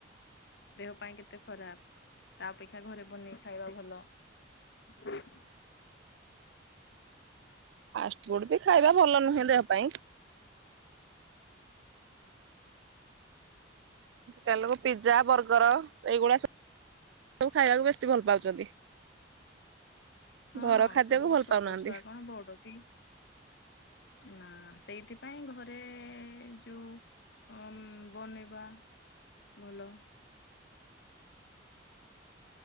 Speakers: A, on the left; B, on the right.
A: ଦେହ ପାଇଁ କେତେ ଖରାପ। ତା ଅପେକ୍ଷା ଘରେ ବନେଇ ଖାଇବା ଭଲ। <inaudible>
B: ଫାଷ୍ଟଫୁଡ୍ ବି ଖାଇବା ଭଲ ନୁହେଁ ଦେହ ପାଇଁ। ତେଲୁଗୁ ପିଜ୍ଜା, ବର୍ଗର, ଏଇଗୁଡ଼ା ସବୁ ସବୁ ଖାଇବାକୁ ବେଶୀ ଭଲ ପାଉଛନ୍ତି।
A: ହଁ
B: ଘର ଖାଦ୍ୟକୁ
A: ସବୁ
B: ଭଲ
A: ଛୋଟ
B: ପାଉନାହାନ୍ତି।
A: ଛୁଆ କଣ, ବଡ଼ ବି ନା ସେଇଥିପାଇଁ ଘରେ ଯୋଉ ଅମ୍ ବନେଇବା ଭଲ।